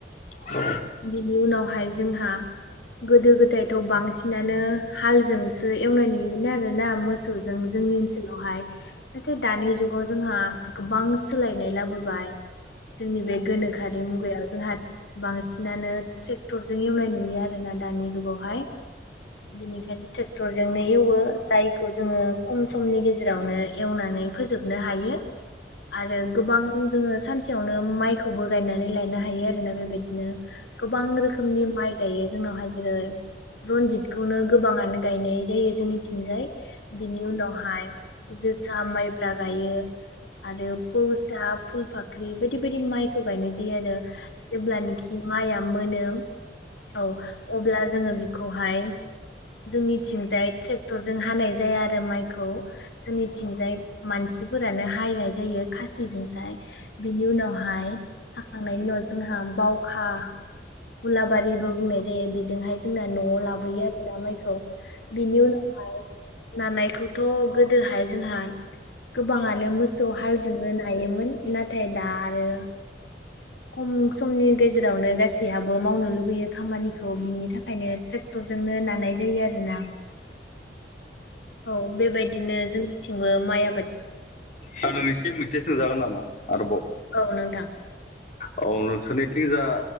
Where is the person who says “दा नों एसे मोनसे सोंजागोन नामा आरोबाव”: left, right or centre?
Left